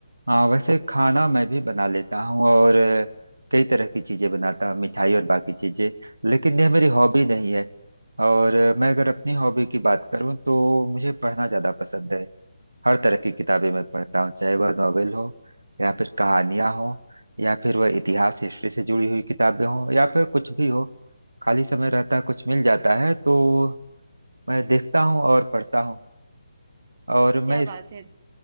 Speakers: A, on the right; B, on the right.
A: हाँ वैसे खाना मैं भी बना लेता हूँ और अ, कई तरह की चीजें बनाता हूँ मिठाई और बाकी चीजें लेकिन यह मेरी हॉबी नहीं है और अ, मैं अगर अपनी हॉबी की बात करूँ तो मुझे पढ़ना ज्यादा पसंद है हर तरह की किताबें मैं पढ़ता हूँ चाहे वह नॉवेल हो या फिर कहानियां हो या फिर वह इतिहास हिस्ट्री से जुड़ी हुई किताबें हों या फिर कुछ भी हो खाली समय रहता है कुछ मिल जाता है तो मैं देखता हूँ और पढ़ता हूँ और
B: क्या
A: मैं इस
B: बात है